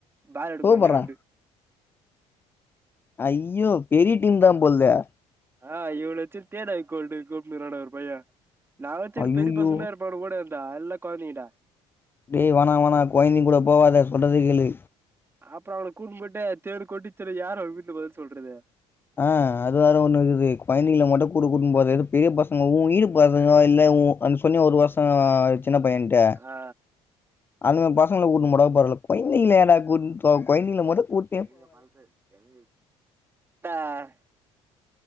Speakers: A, on the right; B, on the left.
A: பாலடு
B: சூப்பர்ரா
A: கொழந்த ரெண்டு
B: ஐயோ பெரிய டீம் தா போல்தே
A: ஆ இவ்ளோ சேரி தேடா கோல்டு கூப்டுனு இருக்கா டா ஒரு பைய நா ஒ சேரி
B: ஐய்யய்யோ
A: பெரிய பசங்களா இருப் இப்போட கூட அந்த அல்ல கொழந்தைங்கடா
B: நீ வோனா வோணா கொய்ந்தங்க கூட போவாத சொல்றத கேளு
A: அப்றோ அவன கூட்டுன் போய்ட்டு தேள் கொட்டிச்சிரு யாரு அவுங்க வீட்ல பதில் சொல்றது
B: ஆ அது வேற ஒன்னுக்குது கொய்ந்தங்கல மட்டு கூட கூட்டுன் போது எது பெரிய பசங்க ஊ ஈடு பசங்கோ இல்ல ஊ வந்து சொன்னியே ஒரு வருஷ சின்ன பையன் ட்ட
A: ஆ
B: அந்த பசங்கள கூட்டுன் போனா பரால கொய்ந்திங்கல ஏன்டா <unintelligible> கொய்ந்தங்கள மொத கூட்
A: த